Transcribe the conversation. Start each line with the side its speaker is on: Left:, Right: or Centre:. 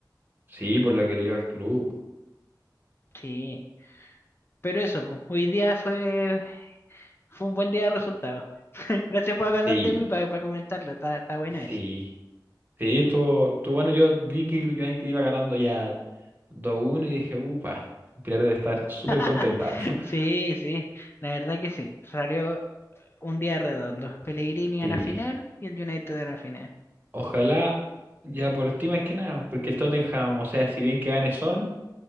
Right: Sí, por lo que le dio al club.
Left: Sí. Pero eso, pues, hoy día fue, fue un buen día de resultados. <laughs> Gracias por acordarte
Right: Sí,
Left: de mí para, para comentarlo. Está, está bueno
Right: sí.
Left: eso.
Right: Sí, estuvo, estuvo bueno. Yo vi que el United iba ganando ya 2-1 y dije, upa, Pilar debe estar súper
Left: <laughs>
Right: contenta. <laughs>
Left: Sí, sí. La verdad que sí. Salió un día redondo. Pellegrini
Right: Sí,
Left: a la final y el United a la final.
Right: ojalá ya por ti más que nada, porque el Tottenham, o sea, si bien que gane Son.